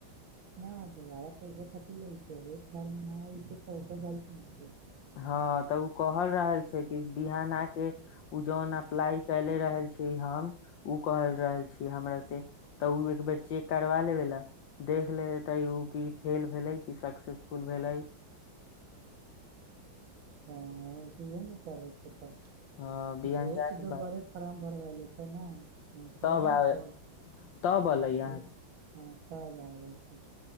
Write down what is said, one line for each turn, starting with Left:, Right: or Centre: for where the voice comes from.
Right: न, तऽ बड़ा पैसा कति लै छै, एक बार न आएल छै तऽ ओकर गलती छै।
Left: हँ, तऽ उ कहल रहल छै कि बिहान आ कऽ उ जे अप्लाई केने रहल छी। से हम ओ कहल रहल छियै, हमरा से तऽ ओ एक बेर चेक करबा लेल। देख लेतै, ओ कि फेल भेलै कि सक्सेसफुल भेलै।
Right: हँ, ओह ने करै छै तऽ
Left: ह बिहान
Right: ओहो
Left: जाय
Right: तऽ
Left: के
Right: दोबारे
Left: बाद
Right: फारम भरबै लेल छै ने, मुँह
Left: तब
Right: नहि
Left: आ
Right: छै।
Left: तब अलै अहाँ
Right: हँ, तऽ आब गेल छै।